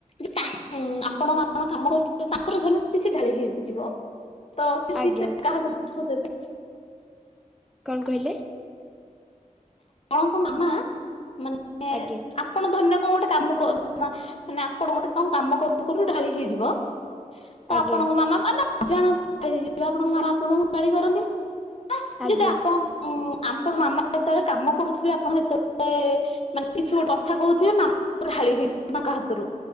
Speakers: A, on the left; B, in the centre.
A: <inaudible> ଆପଣଙ୍କ ମାମା କାମ କରୁଥିବେ ତାଙ୍କର ଧରିନିଅ କିଛି ଢାଳି ହେଇଯିବ। ତ ସେଠି
B: ଆଜ୍ଞା
A: ସେ କାହାକୁ ଦୋଷ ଦେବେ?
B: କଣ କହିଲେ?
A: ଆପଣଙ୍କ ମାମା ମାନେ
B: ଆଜ୍ଞା
A: ଆପଣ ଧରିନିଅ କଣ ଗୋଟେ କାମ ମାନେ ଆପଣ ଗୋଟେ କଣ କାମ କରୁ କରୁ ଢାଳି ହେଇଯିବ ତ
B: ଆଜ୍ଞା
A: ଆପଣଙ୍କ ମାମା ମାନେ <unintelligible> ଆପଣଙ୍କ ମାମା ଆପଣଙ୍କୁ ଗାଳି କରନ୍ତି।
B: ଆଜ୍ଞା
A: ଯଦି ଆପଣ ହୁଁ ଆପଣ ମାମା ଯେତେବେଳେ କାମ କରୁଥିବେ ଆପଣ ସେତେବେଳେ ମାନେ କିଛି ଗୋଟେ କଥା କହୁଥିବେ ମାମା ଢାଳି ହେଇଯିବ ତାଙ୍କ ହାତରୁ